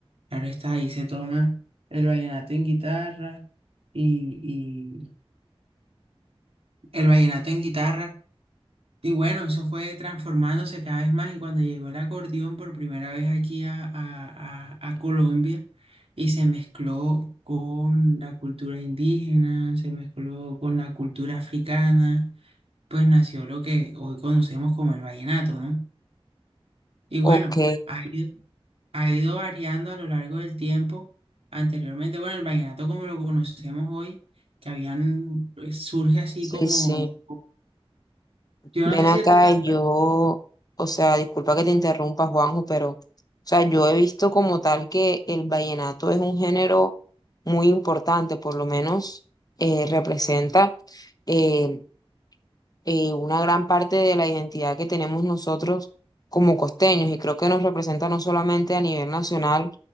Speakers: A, on the right; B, on the left.
A: Claro está, ahí se toma el vallenato en guitarra y, y el vallenato en guitarra. Y bueno, eso fue transformándose cada vez más y cuando llegó el acordeón por primera vez aquí a, a- a- a Colombia y se mezcló con la cultura indígena, se mezcló con la cultura africana, pues nació lo que hoy conocemos como el vallenato, ¿no? Y bueno,
B: Ok,
A: ha ido, ha ido variando a lo largo del tiempo. Anteriormente, bueno, el vallenato como lo conocemos hoy, que habían, pues, surge así
B: sí,
A: como,
B: sí.
A: yo
B: Ven
A: no sé
B: acá,
A: si tú te acuerdas.
B: y yo, o sea, disculpa que te interrumpa, Juanjo, pero, o sea, yo he visto como tal que el vallenato es un género muy importante, por lo menos eh, representa eh, eh, una gran parte de la identidad que tenemos nosotros como costeños, y creo que nos representa no solamente a nivel nacional,